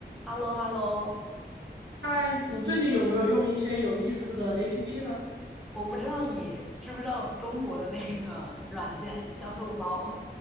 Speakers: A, in the centre; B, on the right.
A: h e l l o h e l l o
B: 嗨，你最近有没有用一些有意思的 APP 呢？
A: 我不知道你知不知道中国的那个软件叫豆包，